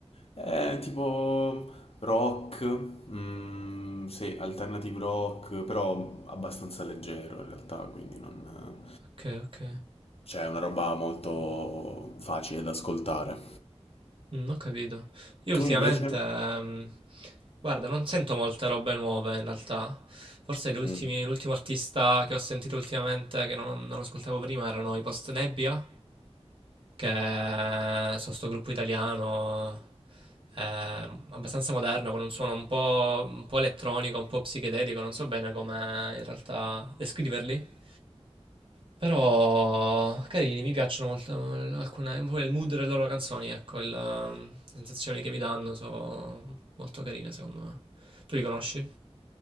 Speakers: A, on the left; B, on the right.
A: È tipo rock, mm, sì, alternative rock, però abbastanza leggero in realtà, quindi non...
B: Ok, ok.
A: Cioè, è una roba molto facile da ascoltare.
B: Mm, Ho capito. Io
A: Tu
B: ultimamente,
A: invece?
B: ehm, guarda, non sento molte robe nuove in realtà. Forse gli ultimi-
A: Mm.
B: l'ultimo artista che ho sentito ultimamente, che non, non ascoltavo prima, erano i Post Nebbia, che eh, sono sto gruppo italiano, ehm, abbastanza moderno, con un suono un po', un po' elettronico, un po' psichedelico, non so bene come in realtà descriverli. Però carini, mi piacciono molto eh, alcune, pure il mood delle loro canzoni, ecco, il, ehm, le sensazioni che mi danno sono molto carine secondo me. Tu li conosci?